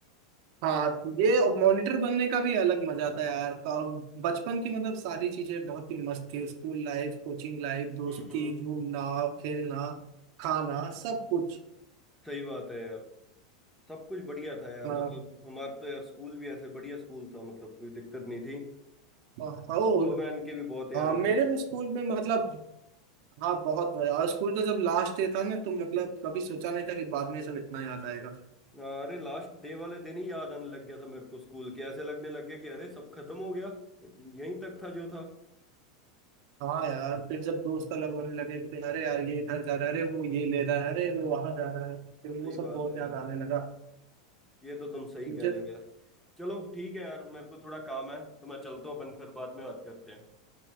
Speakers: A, on the right; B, in the centre.
A: हाँ ये और मॉनिटर बनने का भी अलग मजा था यार और बचपन की मतलब सारी चीजें बहुत ही मस्त थी स्कूल लाइफ कोचिंग लाइफ दोस्ती
B: हम्म हम्म
A: घूमना खेलना खाना सब कुछ
B: सही बात है यार सब कुछ बढ़िया था यार
A: हाँ
B: मतलब हमारा तो यार स्कूल भी ऐसे बढ़िया स्कूल था मतलब कोई दिक्कत नहीं थी
A: और- ओ
B: स्कूल वैन के भी बहुत यार
A: हाँ मेरे
B: ऐसे
A: तो स्कूल में मतलब हाँ बहुत मजा और स्कूल तो जब लास्ट डे था ना तो मतलब कभी सोचा नहीं था कि बाद में सब इतना याद आएगा
B: हाँ, अरे लास्ट डे वाले दिन ही याद आने लग गया था मेरे को स्कूल के ऐसे लगने लग गया कि अरे सब खत्म हो गया यहीं तक था जो था
A: हाँ यार फिर जब दोस्त अलग होने लगे कि अरे यार ये इधर जा रहा है अरे वो ये ले रहा है अरे वो वहां जा रहा है फिर
B: सही
A: वो सब
B: बात
A: बहुत
B: है
A: याद
B: यार
A: आने लगा
B: ये तो तुम सही
A: मुझे
B: कह रहे हो यार चलो ठीक है यार मेरे को थोड़ा काम है तो मैं चलता हूँ अपन फिर बाद में बात करते हैं